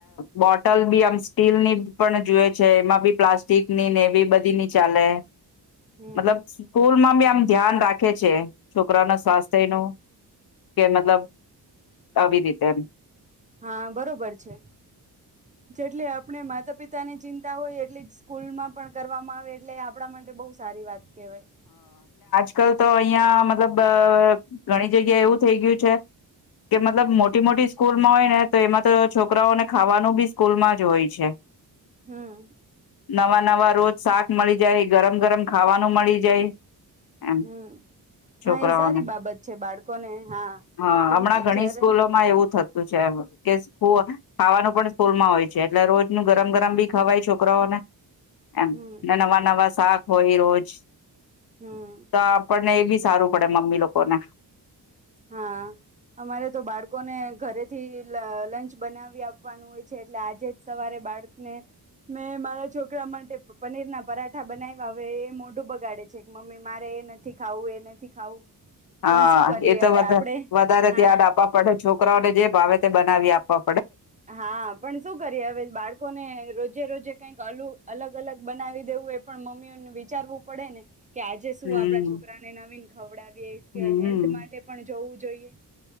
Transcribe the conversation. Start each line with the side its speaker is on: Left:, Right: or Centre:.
Left: બોટલ બી આમ સ્ટીલની પણ જોએ છે એમાં બી પ્લાસ્ટિકની ને એવી બધીની ચાલે.
Right: હમ
Left: મતલબ સ્કૂલમાં બી આમ ધ્યાન રાખે છે. છોકરા ના સ્વાસ્થ્યનો. કે મતલબ આવી રીતે.
Right: હા બરોબર છે. જેટલે આપણે માતા પિતાની ચિંતા હોય એટલે સ્કૂલમાં પણ કરવામાં આવે એટલે આપણા માટે બહુ સારી વાત કેવાય.
Left: અ કલ તો અહીયા મતલબ બ ગણિત જગ્યા એવું થઈ ગયું છે કે મતલબ મોટી મોટી સ્કૂલમાં હોય ને તો એમાં તો છોકરાઓને ખાવાનું બી સ્કૂલમાં જ હોય છે
Right: હમ
Left: નવા નવા રોજ શાક મળી જાય ગરમ ગરમ ખાવાનું મળી જ જય એમ
Right: હમ
Left: છોકરાઓને
Right: હા એ સારી બાબત છે બાળકોને હા
Left: હ
Right: કેમ
Left: હમણાં
Right: કે
Left: ઘણી
Right: જ્યારે
Left: સ્કૂલોમાં એવું થતું છે કે ખાવાનું પણ સ્કૂલમાં હોય છે એટલે રોજ ન ગરમ ગરમ બી ખવાય છોકરાઓને એમ
Right: હમ
Left: નવા નવા શાક હોય રોજ
Right: હમ
Left: તો આપણને એ બી સારું પડે મમ્મી લોકો ને
Right: હા અમારે તો બાળકોને ઘરે થી લંચ બનાવી આપવાનું હોય છે એટલે આજે જ સવારે બાળકને મેં મારા છોકરા માટે પનીર ના પરાઠા બનાવ્યા હ એ મોઢું બગાડે છે કે મમ્મી મારે એ નથી ખાવું એ નથી ખાવું
Left: હા
Right: પણ શું કરીએ
Left: એ તો
Right: હવે
Left: વધારે
Right: આપડે હા
Left: ત્યાન આપવા પડે છોકરાઓને જે ભાવે તે બનાવી આપ
Right: હા પણ શું કરીએ હવે બાળકોને રોજે રોજે કઈક અલું અલગ અલગ બનાવી દેવું એ પણ મમ્મીઓને વિચારવું પડે ને કે આજે શું
Left: હમ
Right: આપડા છોકરા ને નવીન ખવડા કે
Left: હમ
Right: હેલ્થ માટે પણ જવું જોઈએ